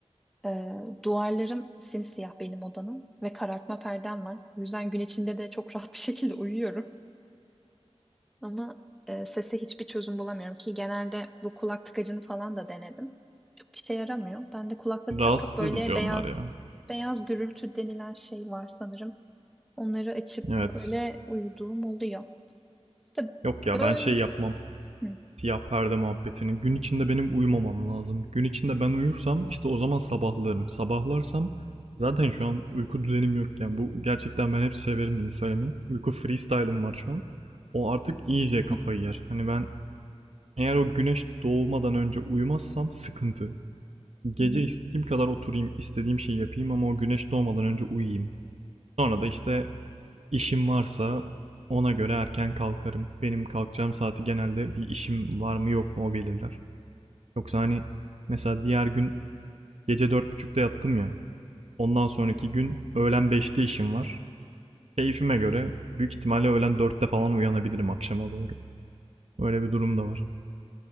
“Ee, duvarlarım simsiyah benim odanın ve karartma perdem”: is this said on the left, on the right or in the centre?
Centre